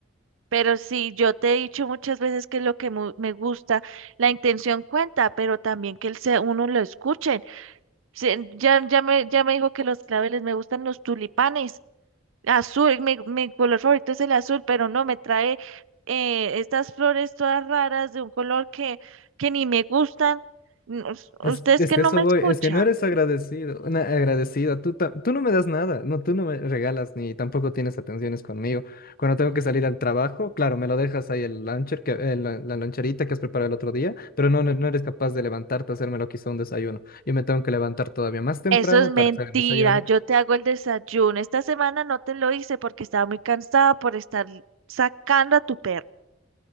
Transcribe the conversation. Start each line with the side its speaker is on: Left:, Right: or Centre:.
Right: Pero sí, yo te he dicho muchas veces que lo que mu- me gusta, la intención cuenta, pero también que el se uno lo escuchen. Sí, ya, ya me, ya me dijo que los claveles me gustan los tulipanes. Azul, mi, mi color favorito es el azul, pero no me trae eh, estas flores todas raras de un color que, que ni me gustan. No, us- Usted
Left: Es,
Right: es
Left: es
Right: que
Left: que
Right: no
Left: eso
Right: me
Left: voy,
Right: escucha.
Left: es que no eres agradecido, una agradecida, tú, ta- tú no me das nada, no, tú no me regalas ni tampoco tienes atenciones conmigo. Cuando tengo que salir al trabajo, claro, me lo dejas ahí el luncher, que, eh, la, la loncherita que has preparado el otro día, pero no, no, no eres capaz de levantarte a hacerme lo que hizo un desayuno. Yo me tengo que levantar todavía más temprano
Right: Eso es mentira.
Left: para hacer el desayuno.
Right: Yo te hago el desayuno. Esta semana no te lo hice porque estaba muy cansada por estar sacando a tu perro.